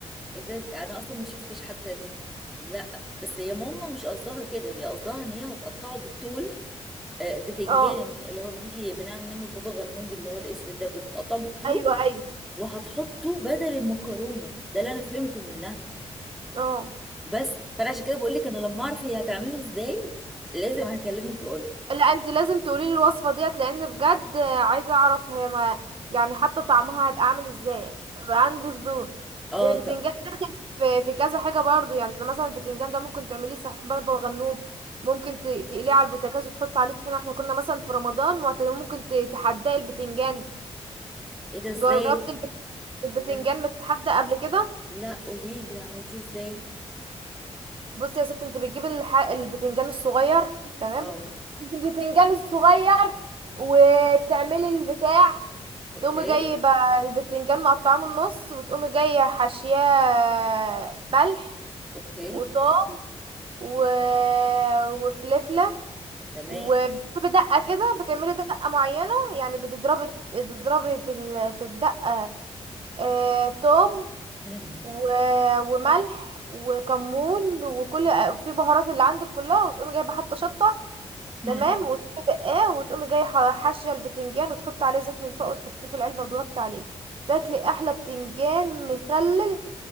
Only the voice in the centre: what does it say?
إيه ده انا اصلا ما شفتش حتى دي لا بس هي ماما مش قصدها كده هي قصدها ان هي هتقطعه بالطول آه، البتنجان
اللي هو بيجي بنعمل منه بابا غنوج اللي هو الاسود ده بتقطعه بالطول
وهتحطه بدل المكرونه ده اللي انا فهمته منها
بس فانا عشان كده بقول لك انا لما اعرف هي هتعمله ازاي لازم هكلمك واقول لك
اه
طب
ايه ده ازاي
لا
لا قولي لي عملتيه ازاي
اه
اوكي
اوكي
تمام
مم.
مم.